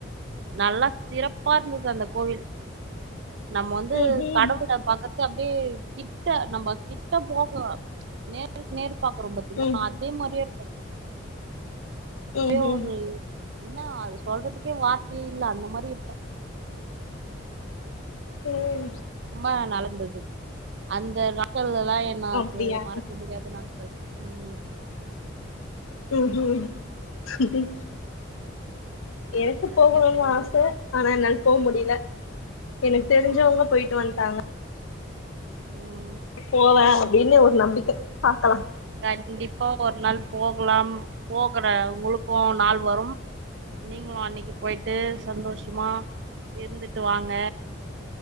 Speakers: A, on the right; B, on the left.
A: நல்லா சிறப்பாருந்தது அந்த கோவில் நம்ம வந்து
B: ம் ம்
A: கடவுள பாக்க அப்டே கிட்ட நம்ம கிட் கிட்ட போகு நேருக்கு நேருக்கு பாக்குறோ பாத்தீங்ளா
B: ம்
A: அதே மாரியேருக்கு அப்டியே
B: ம் ம் ம்
A: ஒரு என்ன அது சொல்றதுக்கே வார்த்தையே இல்ல அந்த மாதிரிருக்கு
B: ம்
A: ரொம்ப நலந்தது அந்த <unintelligible> <unintelligible> என்ன அது
B: அப்டியா
A: மறக்க முடியாதுண்ணா <inaudible>
B: ம் ம் <unintelligible> எனக்கு
A: சரிங்க
B: போகணுனு
A: தோழி
B: ஆச ஆனா என்னால போ முடில எனக்கு தெரிஞ்சவங்க போய்ட்டு வன்ட்டாங்க
A: ம்
B: போவ ப்டினு ஒரு நம்பிக்க பாக்கலா
A: கண்டிப்பா ஒரு நாள் போகலா போகற உங்ளுக்கு நாள் வரும் நீங்களு அன்னக்கி போய்ட்டு சந்தோஷமா இருந்துட்டு வாங்க